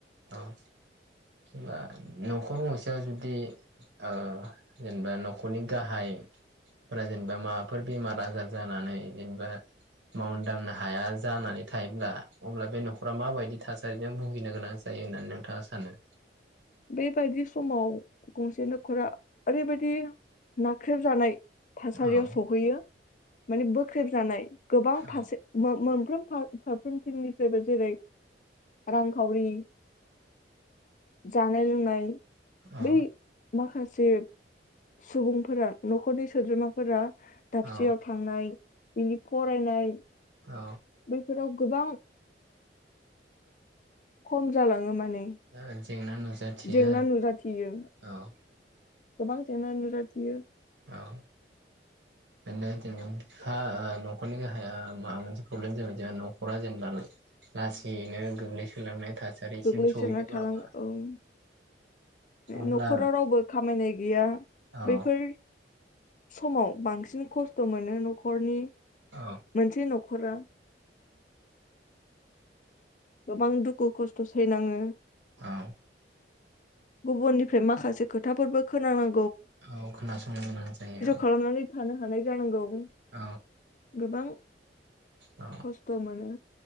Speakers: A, on the right; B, on the left.
A: औ बा न'खर गंसेयाव जुदि ओ जेनेबा न'खरनि गाहायफोरा जेनेबा माबाफोर बेमार आजार जानानै जेनेबा मावनो दांनो हाया जानानै थायोब्ला अब्ला बे न'खरा माबायदि थासारिजों भुगिनो गोनां जायो होननानै नोंथाङा सानो?
B: बेबायदि समाव गंसे न'खरा ओरैबायदि नाख्रेबजानाय थासारियाव
A: औ
B: सहैयो। माने बोख्रेबजानाय गोबां
A: औ
B: फारसे <unintelligible> फारफ्रोम फारफ्रोमथिंनिफ्रायबो जेरै रां खावरि जानाय लोंनाय
A: औ
B: बै माखासे सुबुंफोरा नखरनि सोद्रोमाफोरा दाबसेयाव
A: औ
B: थांनाय बिनि फरायनाय
A: अ
B: बैफोराव गोबां खम जालाङो माने
A: <unintelligible> जेंना नुजाथियो
B: जेंना नुजाथियो
A: औ
B: गोबां जेंना नुजाथियो
A: अ नो जों हा न'खरनि हाया माबा मोनसे प्रब्लेम जाबाय जोंहा न'खरा जेनेबा लासैयैनो गोग्लैसोलांनाय थासारिसिम
B: गोग्लैसोना
A: सहैनोबो
B: थालाङो
A: हागौ
B: औ बे
A: अब्ला
B: न'खराव रावबो खामायनाय गैया
A: औ
B: बैफोर समाव बांसिन खस्थ मोनो न'खरनि
A: औ
B: मोनसे न'खरा गोबां दुखु खस्थ सैनाङो
A: औ
B: गुबुननिफ्राय माखासे खोथाफोरबो खोनानां
A: औ खोनासंनो गोनां जायो
B: खालामनानै थानो हानाय जानांगौ ओं
A: औ
B: गोबां
A: औ
B: खस्थ' मोनो